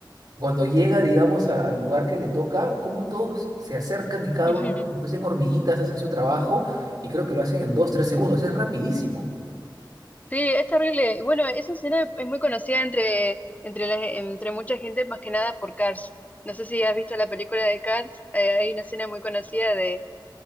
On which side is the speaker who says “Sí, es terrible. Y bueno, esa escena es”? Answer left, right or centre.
Left